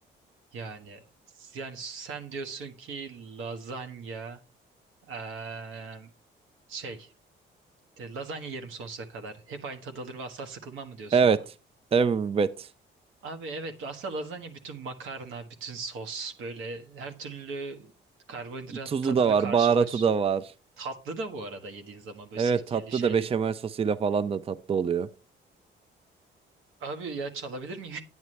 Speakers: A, on the right; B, on the right.
A: Yani yani sen diyorsun ki lazanya eee, şey e, lazanya yerim sonsuza kadar. Hep aynı tadı alır ve asla sıkılmam mı diyorsun
B: Evet.
A: bana?
B: Evet.
A: Abi evet aslında lazanya bütün makarna, bütün sos böyle her türlü karbonhidrat
B: Tuzu
A: tadını
B: da var,
A: karşılaş.
B: baharatı da var.
A: Tatlı da bu arada yediğin zaman böyle
B: Evet
A: sirkeli
B: tatlı
A: şeyli.
B: da beşamel sosuyla falan
A: Hı hı.
B: da tatlı oluyor.
A: Abi ya çalabilir miyim?